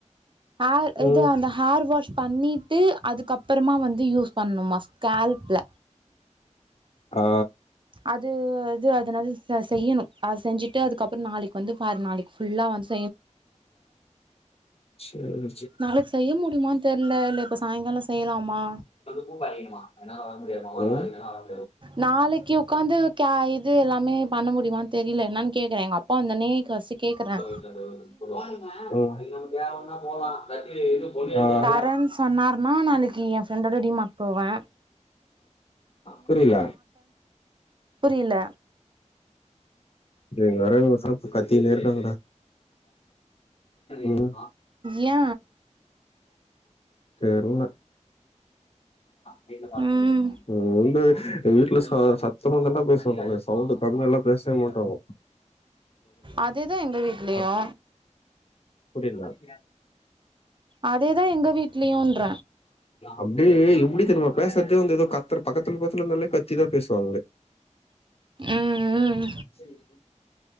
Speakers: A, on the right; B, on the left.
A: ஆ இது
B: ம்
A: அந்த ஹேர் வாஷ் பண்ணிட்டு அதுக்கப்றமா வந்து யூஸ் பண்ணுமா ஸ்கால்ப்ல
B: ஆ
A: அது இது அதனது செய்யணு அத செஞ்சுட்டு அதுக்கப்பற நாளைக்கு வந்து பார் நாளைக்கு ஃபுல்லா வந்
B: சேர்
A: நாளைக்கு செய்ய முடியுமான் தெர்ல இல்ல இப்ப சாய்ங்கால செய்யலாமா
B: பூ பறிக்கனுமா என்னால வரமுடியாதுமா ஒரு வார சென்டு வர
A: நாளைக்கு உக்காந்து இது எல்லாமே பண்ண முடியுமான் தெரில என்னான் கேக்குற எங்கஅப்பா வந்தனே காசு கேக்குற
B: போனுமா அ நம்ம தேவன்னா போலா தட்டி இன்னு பொண்ணு
A: தர்ரன் சொன்னாருன்னா நாளைக்கு எ ஃப்ரெண்டோட டிமார்ட் போவ
B: புரில
A: புரில
B: நீ வரேங்க ஷா ப் கத்தினே இருக்காங்கடா ம்
A: ஏ
B: தெர்ல கேட்ல பாத்துட்டு
A: ம்
B: வந்ரு ம் வந்து வீட்ல ச சத்த போட்டுதா பேசுவாங்க சவுண்ட் கம்மியால்லா பேசவே மாட்டாங்க
A: அதேதா எங்க வீட்லயு
B: அ புரில
A: அதேதா எங்க வீட்லயுன்ற
B: அப்டி எப்டி தெரிமா பேசுறதே வந்து ஏதோ கத்தற பக்கத்துல பக்கத்துல இருந்தாலே கத்திதா பேசுவாங்களே
A: ம் ம்
B: ரி <unintelligible>